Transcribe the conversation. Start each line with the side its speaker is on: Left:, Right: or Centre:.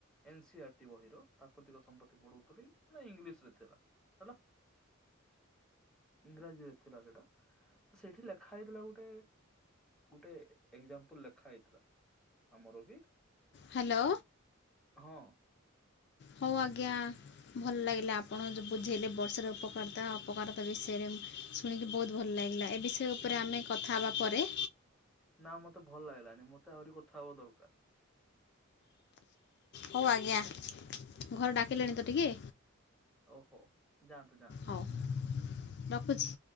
Centre: ଏନ ସି ଆରଟି ବହିର ପ୍ରାକୃତିକ ସମ୍ପତ୍ତି ପଢଉଥିଲ ଇଂଲିଶ ରେ ଥିଲା ହେଲା। ଇଂରାଜୀରେ ଥିଲା ସେଟା, ତ ସେଇଠି ଲେଖା ହେଇଥିଲା ଗୋଟେ ଗୋଟେ ଏକ୍ଜାମ୍ପଲ ଲେଖା ହେଇଥିଲା ଆମର ବି
Left: ହାଲୋ
Centre: ହଁ ଅ
Left: ହଉ ଆଜ୍ଞା ଭଲ ଲାଗିଲା ଆପଣ ଯ ବୁଝେଇଲେ ବର୍ଷାର ଉପକାରିତା, ଅପକାରତା, ବିଷୟରେ ଶୁଣିକି ବହୁତ ଭଲ ଲାଗିଲା। ଏ ବିଷୟ ଉପରେ
Centre: ନା
Left: ଆମେ କଥା ହେବା ପରେ
Centre: ନା ମତେ ଭଲ ଲାଗିଲାନି, ମତେ ଆହୁରି କଥା ହବା ଦରକାର।
Left: ହଉ ଆଜ୍ଞା, ଘରେ ଡାକିିଲେଣି ତ ଟିକେ
Centre: ଓହୋ, ଯାଆନ୍ତୁ ଯାଆନ୍ତୁ।
Left: ହଉ ରଖୁଛି